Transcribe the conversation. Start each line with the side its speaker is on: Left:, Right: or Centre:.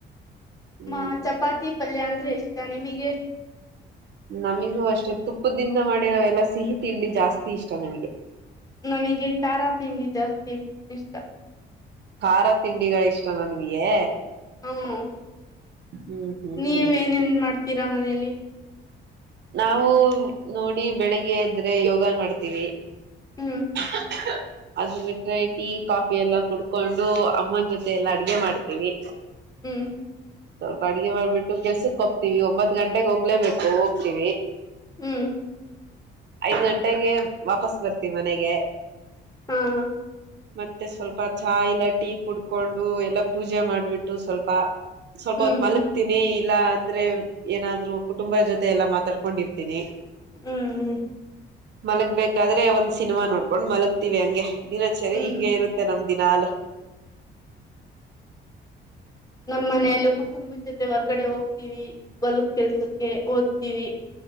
Right: ಹ್ಮ್
Left: ಮ ಚಪಾತಿ ಪಲ್ಯ ಅಂದ್ರೆ ಇಷ್ಟ ನಿಮಗೆ.
Right: ನಮಿಗೂ ಅಷ್ಟೇ ತುಪ್ಪದಿಂದ ಮಾಡಿರೂ ಎಲ್ಲಾ ಸಿಹಿ ತಿಂಡಿ ಜಾಸ್ತಿ ಇಷ್ಟ ನಮಗೆ.
Left: ನಮಗೆ ಖಾರ ತಿಂಡಿ ಜಾಸ್ತಿ ಇಷ್ಟ.
Right: ಖಾರ ತಿಂಡಿಗಳ ಇಷ್ಟ ನನ್ಗೆ
Left: ಹ್ಮ
Right: ಹ್ಮ್ ಹ್ಮ್
Left: ನೀವ
Right: ಹ್ಮ್
Left: ಏನೇನ್ ಮಾಡ್ತೀರಾ ಮನೆಯಲ್ಲಿ
Right: ನಾವು ನೋಡಿ ಬೆಳಿಗ್ಗೆ ಇದ್ರೆ ಯೋಗನ್ ಮಾಡ್ತೀವಿ
Left: ಹ್ಮ್
Right: ಹ್ಹ ಹ್ಹ ಅದ ಬಿಟರೆ ಟೀ ಕಾಫಿ ಎಲ್ಲ ಕುಡ್ಕೊಂಡು ಅಮ್ಮನ ಜೊತೆ ಎಲ್ಲಾ ಅಡ್ಗೆ ಮಾಡ್ತೀವಿ
Left: ಹ್ಮ್
Right: ಸ್ವಲ್ಪ ಅಡ್ಗೆ ಮಾಡ್ಬಿಟ್ಟು ಕೆಲ್ಸಕ್ ಹೋಗ್ತಿವಿ ಒಂಬತ್ ಗಂಟೆಗೆ ಹೋಗ್ಲೇಬೇಕು ಹೋಗ್ತೀವಿ
Left: ಹ್ಮ್
Right: ಐದ್ ಗಂಟೆಗೆ ವಾಪಸ್ ಬರ್ತೀವಿ ಮನೆಗೆ
Left: ಹಾ ಹಾ
Right: ಮತ್ತೆ ಸ್ವಲ್ಪ ಚಾ ಇಲ್ಲ ಟೀ ಕುಡ್ಕೊಂಡು ಎಲ್ಲಾ ಪೂಜೆ ಮಾಡ್ಬಿಟ್ಟು ಸ್ವಲ್ಪ ಸ್ವಲ್ಪ
Left: ಹ್ಮ್
Right: ಹೊತ್ ಮಲಕ್ತೀನಿ
Left: ಹ್ಮ್
Right: ಇಲ್ಲಾ ಅಂದ್ರೆ ಏನಾದ್ರು ಕುಟುಂಬ ಜೊತೆ ಮ ಎಲ್ಲಾ ಮಾತಾಡ್ಕೊಂಡಿರ್ತೀನಿ
Left: ಹ್ಮ್ ಹ್ಮ್
Right: ಮಲಗ್ಬೇಕಾದ್ರೆ ಒಂದ್ ಸಿನಿಮಾ ನೋಡ್ಕೊಂಡ್ ಮಲಗ್ತಿೀವಿ ಹಂಗೆ ದಿನಚರಿ
Left: ಹ್ಮ್
Right: ಹಿಂಗಗೆ ಇರುತ್ತೆ ನಮ ದಿನ ಹಾಲು
Left: ನಮ್ಮ್ ಮನೆಯಲ್ಲ ಕುಟುಂಬದ ಜೊತೆ ಹೊರ್ಗಡೆ ಹೋಗ್ತಿೀವಿ ಗಲಕ್ ಕೆಲ್ಸಕ್ಕೆ ಓದ್ತಿೀವಿ